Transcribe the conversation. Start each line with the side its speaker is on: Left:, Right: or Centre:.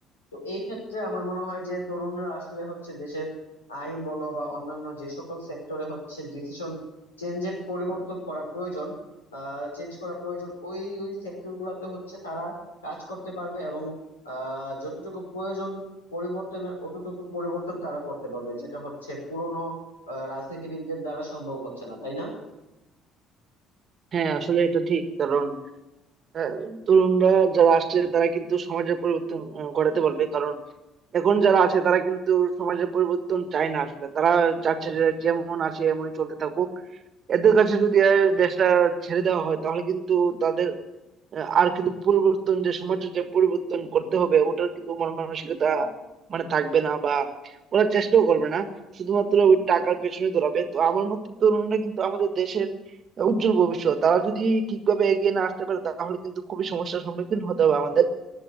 Left: তো এই ক্ষেত্রে আমার মনে হয় যে তরুণরা আসলে হচ্ছে দেশের আইন বলো বা অন্যান্য যে সকল সেক্টরে হচ্ছে ডিসিশন চেঞ্জের পরিবর্তন করা প্রয়োজন চেঞ্জ করা প্রয়োজন ওই ওই সেক্টর গুলাতে হচ্ছে তারা কাজ করতে পারবে এবং আহ, যতটুকু প্রয়োজন পরিবর্তনের অতটুকু পরিবর্তন তারা করতে পারবে যেটা হচ্ছে পুরনো রাজনীতিবিদদের দ্বারা সম্ভব হচ্ছে না তাই না
Right: হ্যাঁ আসলে এটা ঠিক কারণ আহ, তরুণরা যারা আসছে তারা কিন্তু সমাজের পরিবর্তন আহ, ঘটাতে পারবে কারণ এখন যারা আছে তারা কিন্তু সমাজের পরিবর্তন চায় না আসলে তারা চাচ্ছে যে যেমন আছে এমনই চলতে থাকুক এদের কাছে যদি আহ, দেশটা ছেড়ে দেওয়া হয় তাহলে কিন্তু তাদের আহ, আর কিন্তু পরিবর্তন যে সমাজের যে পরিবর্তন করতে হবে ওটার কিন্তু মন মানসিকতা মানে থাকবে না বা ওরা চেষ্টাও করবে না শুধুমাত্র ওই টাকার পেছনে দৌড়াবে তো আমার মতে তরুণরা কিন্তু আমাদের দেশের উজ্জ্বল ভবিষ্যৎ তারা যদি ঠিকভাবে এগিয়ে না আসতে পারে তাহলে কিন্তু খুবই সমস্যার সম্মুখীন হতে হবে আমাদের